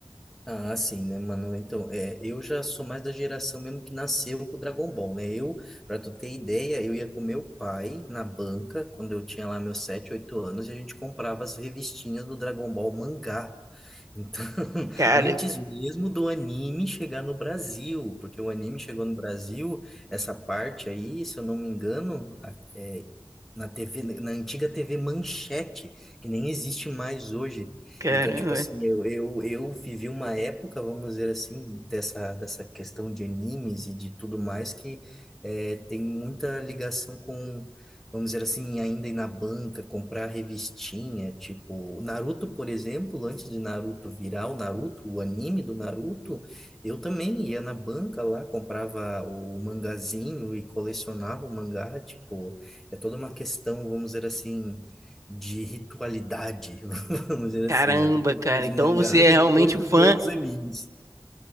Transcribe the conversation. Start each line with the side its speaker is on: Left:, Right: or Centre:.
Centre: Ah, sim, né, mano? Então, é, eu já sou mais da geração mesmo que nasceu com o Dragon Ball, né? Eu, pra tu ter ideia, eu ia com meu pai na banca, quando eu tinha lá meus 7 8 anos, e a gente comprava as revistinhas do Dragon Ball mangá. Então, <laughs>
Right: Cara,
Centre: antes mesmo do anime chegar no Brasil, porque o anime chegou no Brasil, essa parte aí, se eu não me engano, a- é, na TV, na antiga TV Manchete, que nem existe mais hoje.
Right: caramba,
Centre: Então, tipo assim, eu, eu, eu vivi uma época, vamos dizer assim, dessa, dessa questão de animes e de tudo mais, que é, tem muita ligação com vamos dizer assim, ainda ir na banca, comprar revistinha, tipo, Naruto, por exemplo, antes de Naruto virar o Naruto, o anime do Naruto, eu também ia na banca lá, comprava o mangazinho e colecionava o mangá, tipo, é toda uma questão, vamos dizer assim, de ritualidade, <laughs> vamos dizer
Right: caramba,
Centre: assim, né? Tu compra
Right: cara.
Centre: os
Right: Então
Centre: mangás
Right: você é
Centre: e
Right: realmente
Centre: depois tu
Right: o fã,
Centre: vê os animes.